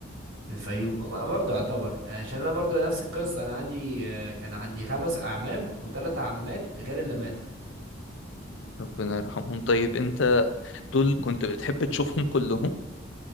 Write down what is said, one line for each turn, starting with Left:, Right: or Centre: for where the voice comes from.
Right: الفيوم أما برضه يعتبر عشان انا برضه نفس القصه انا عندي آه، كان عندي خمس اعمام وثلاث عمات غير اللي ماتوا
Left: ربنا يرحمهم طيب أنت دول كنت بتحب تشوفهم كلهم